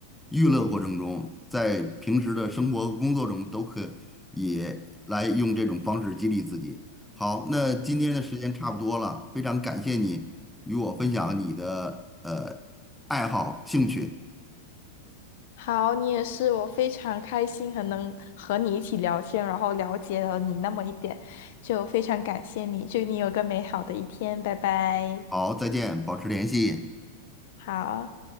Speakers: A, in the centre; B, on the left (about 65°).
A: 娱乐过程中，在平时的生活、和工作中都可以来用这种方式激励自己。好，那今天的时间差不多了，非常感谢你与我分享你的呃爱好、兴趣。
B: 好，你也是，我非常开心，很能和你一起聊天，然后了解了你那么一点，就非常感谢你，祝你有个美好的一天，拜拜。
A: 好，再见，保持联系。
B: 好。